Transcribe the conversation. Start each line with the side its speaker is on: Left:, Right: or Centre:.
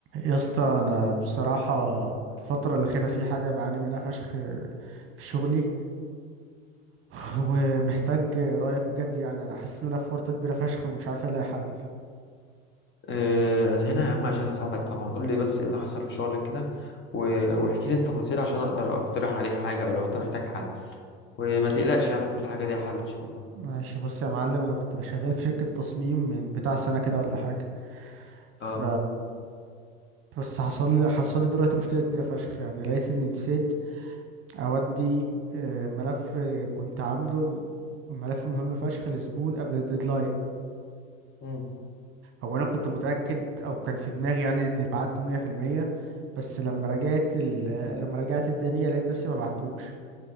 Right: يا اسطى انا بصراحه الفتره الاخيره في حاجه بعاني منها فشخ في شغلي <laughs> ومحتاج رايك بجد يعني انا حاسس ان انا في ورطه كبيره فشخ ومش عارف الاقي حل
Left: آه، انا هنا يا عم عشان اساعدك طبعا قول لي بس ايه اللي حصل في شغلك كده و- واحكي لي التفاصيل عشان اقدر اقترح عليك حاجه او لو انت محتاج حل وما تقلقش يعني كل حاجه ليها حل ان شاء الله
Right: ماشي بص يا معلم انا كنت شغال في شركه تصميم من بتاع سنه كده ولا حاجه ف
Left: اه
Right: بس حصل لي حصل لي دلوقتي مشكله كبيره فشخ يعني لقيت اني نسيت اودي آه، ملف كنت عامله ملف مهم فشخ لزبون قبل الديدلاين
Left: مم.
Right: هو انا كنت متاكد او كان في دماغي يعني اني بعته 100% بس لما رجعت ال... لما رجعت الدنيا لقيت نفسي ما بعتوش